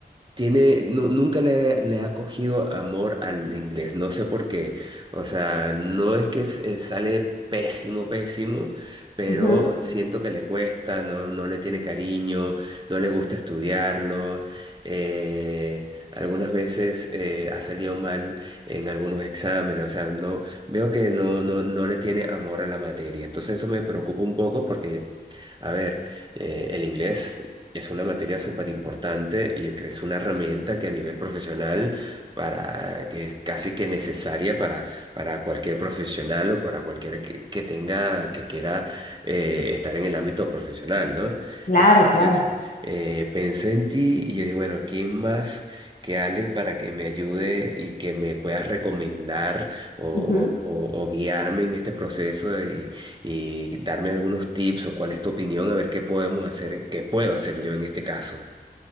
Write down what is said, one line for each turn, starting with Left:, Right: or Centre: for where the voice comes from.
Right: Tiene, nu- nunca le, le ha cogido amor al inglés, no sé por qué. O sea, no es que s- eh, sale pésimo, pésimo, pero
Left: Ujú,
Right: siento que le cuesta, no, no le tiene cariño, no le gusta estudiarlo. eh, algunas veces eh, ha salido mal en algunos exámenes, o sea, no, veo que no, no, no le tiene amor a la materia. Entonces eso me preocupa un poco porque, a ver, eh, el inglés. Es una materia súper importante y yo creo que es una herramienta que a nivel profesional para que es casi que necesaria para, para cualquier profesional o para cualquiera que, que tenga, que quiera eh, estar en el ámbito profesional, ¿no?
Left: Claro,
Right: Entonces,
Left: claro.
Right: eh, pensé en ti y yo dije, bueno, ¿quién más que Ale para que me ayude y que me puedas recomendar o, o-
Left: ujú.
Right: o- o guiarme en este proceso? y darme algunos tips o cuál es tu opinión, a ver qué podemos hacer, qué puedo hacer yo en este caso.